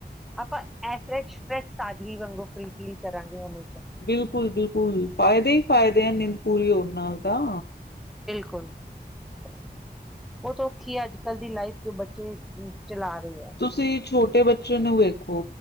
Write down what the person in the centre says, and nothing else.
ਆਪਾਂ ਐਸ ਤਰਾਂ ਚ ਫਰੈਸ਼ ਤਾਜ਼ਗੀ ਵਾਂਗੂ ਫਰੀ ਫੀਲ ਕਰਾਂਗੇ ਹਮੇਸ਼ਾ।
ਬਿਲਕੁਲ ਬਹੁਤ ਔਖੀ ਐ ਅੱਜ-ਕੱਲ ਦੀ ਲਾਈਫ ਜੋ ਬੱਚੇ ਚਲਾ ਰਹੇ ਹੈ